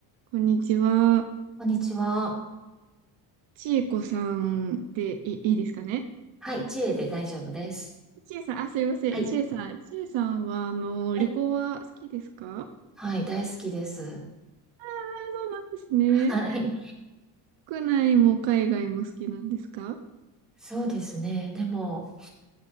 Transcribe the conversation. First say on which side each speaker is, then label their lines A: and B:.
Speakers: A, on the right; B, in the centre.
A: こんにちは。
B: こんにちは。
A: ちえこさんでい、いいですかね
B: はい、知恵で大丈夫です。
A: ちえさん、あ、すいません。
B: はい。
A: ちえさん、ちえさんは、あの、
B: はい。
A: 旅行は好きですか
B: はい、大好きです。
A: あ、そうなんですね。
B: はい。
A: 国内も海外も好きなんですか
B: そうですね。でも、